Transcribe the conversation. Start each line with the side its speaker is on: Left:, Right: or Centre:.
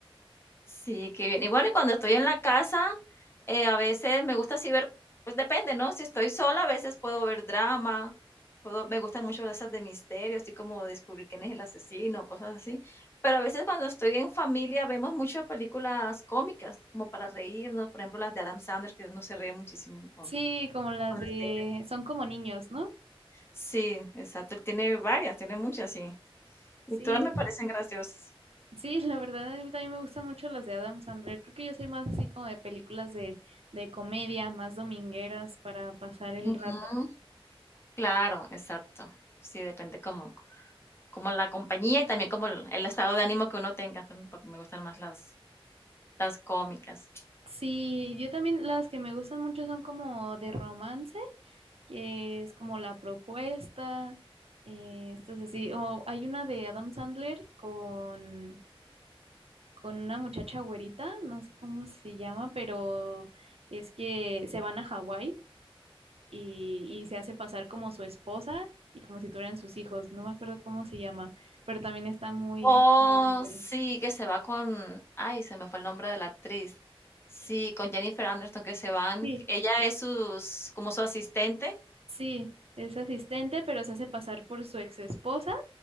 Left: Sí, qué bien. Y bueno, y cuando estoy en la casa, eh, a veces me gusta así ver, pues depende, ¿no? Si estoy sola, a veces puedo ver drama, puedo, me gustan mucho las de misterio, así como descubrir quién es el asesino, cosas así. Pero a veces cuando estoy en familia vemos muchas películas cómicas, como para reírnos, por ejemplo, las de Adam Sandler, que uno se ríe muchísimo con.
Right: Sí, como la
Left: Con
Right: de,
Left: las de él.
Right: son como niños, ¿no?
Left: Sí, exacto. Él tiene varias, tiene muchas, sí. Y
Right: Sí,
Left: todas me parecen graciosas.
Right: Sí, la verdad a mí también me gustan mucho las de Adam Sandler. Creo que yo soy más así como de películas de, de comedia, más domingueras para pasar el
Left: Ujú.
Right: rato.
Left: Claro, exacto. Sí, depende cómo. como la compañía y también como el, el estado de ánimo que uno tenga. También me gustan más las, las cómicas.
Right: Sí, yo también las que me gustan mucho son como de romance, que es como La Propuesta, eh, estas así. O hay una de Adam Sandler con, con una muchacha güerita, no sé cómo se llama, pero es que se van a Hawái. y, y se hace pasar como su esposa y como si tuvieran sus hijos. No me acuerdo cómo se llama, pero también está muy,
Left: Oh,
Right: muy de mollera.
Left: sí, que se va con, ay, se me fue el nombre de la actriz. Sí, con Jennifer Anderson que se van.
Right: Sí,
Left: Ella es sus, como su asistente.
Right: sí, es asistente, pero se hace pasar por su ex esposa